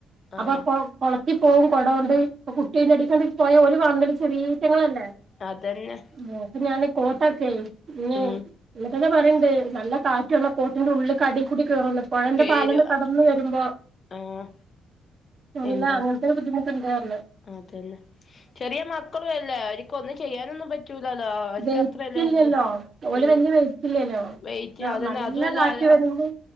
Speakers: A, on the left; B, on the right.
A: ആഹ്
B: അപ്പൊ പ്പം കൊളത്തി പോവും കൊട കൊണ്ട്. അപ്പ കുട്ടി അയ്ന്റെ അടീക്കാണ്ട് പോയ ഓല് കാണൂലല്ലോ ചെറീറ്റങ്ങളല്ലേ.
A: അതന്നെ
B: ആഹ്, എന്നിട്ട് ഞാന് കോട്ടാക്കേ ഇനി
A: ഉം
B: എന്നിട്ടന്നെ പറയ്ണ്ട് നല്ല കാറ്റ് വന്ന കോട്ടിന്റെ ഉള്ള്ക്ക് അടി കൂടി കേറൂന്ന്. പൊഴേന്റെ
A: പേര്
B: പാലന്ന് കടന്ന് വരുമ്പോ
A: ആഹ്
B: അല്ല
A: എന്താ
B: അങ്ങനത്തൊര് ബുദ്ധിമുട്ട്ണ്ട്ന്ന് പർഞ്.
A: അതന്നെ. ചെറിയ മക്കളും അല്ലേ അവര്ക്ക് ഒന്നും ചെയ്യാനൊന്നും പറ്റൂല ല്ലോ. അവര്ക്ക്
B: വെയിറ്റില്ലല്ലോ
A: അത്രല്ലേ ബു
B: ഓല്
A: ഉം
B: വല്യ വെയിറ്റില്ലല്ലോ
A: വെയ്റ്റ് അതന്നെ
B: നല്ല
A: അതുവല്ല
B: കാറ്റ്
A: അ
B: വരുമ്പോ